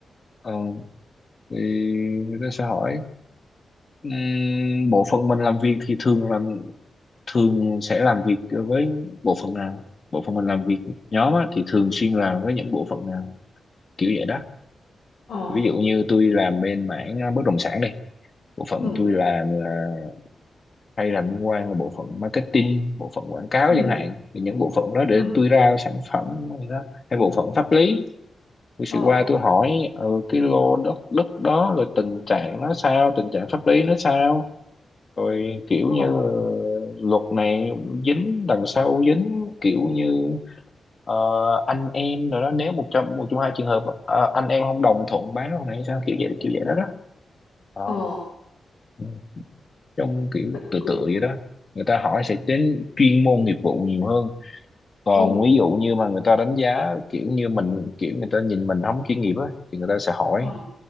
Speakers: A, on the left; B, on the left.
A: ờ thì người ta sẽ hỏi Ừm, bộ phận mình làm việc thì thường làm thường sẽ làm việc với bộ phận nào bộ phận mình làm việc nhóm á, thì thường xuyên làm với những bộ phận nào kiểu vậy đó
B: ồ
A: ví dụ như tôi làm bên mảng à, bất động sản đây bộ phận
B: ừ
A: tôi làm là hay làm liên quan là bộ phận marketing bộ phận quảng cáo
B: ừ
A: chẳng hạn thì những bộ phận đó để
B: ừ
A: tôi ra sản phẩm hay đó hay bộ phận pháp lý tôi sẽ
B: ồ
A: qua tôi hỏi ừ, cái lô đất đất đó rồi tình trạng nó sao tình trạng pháp lý nó sao rồi kiểu
B: ồ
A: như luật này dính đằng sau dính kiểu như ờ, anh em rồi đó nếu một trong một trong hai trường hợp ờ, anh em không đồng thuận bán con này hay sao kiểu vậy kiểu vậy đó đó Ờ,
B: ồ
A: ừ. trong kiểu
B: vậy
A: tự
B: thì cũng
A: tự vậy đó người ta hỏi sẽ đến chuyên môn nghiệp vụ nhiều hơn còn
B: ừ
A: ví dụ như mà người ta đánh giá kiểu như mình kiểu người ta nhìn mình không chuyên nghiệp á thì người ta sẽ hỏi
B: ồ